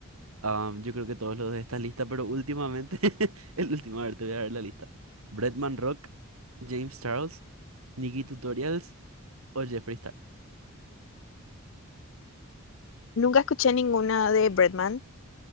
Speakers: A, on the right; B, on the left.
A: Ah, yo creo que todos los de esta lista, pero últimamente, <laughs> el último, a ver, te voy a dar la lista. Bretman Rock, James Charles, Nikki Tutorials o Jeffree Star.
B: Nunca escuché ninguna de Bretman,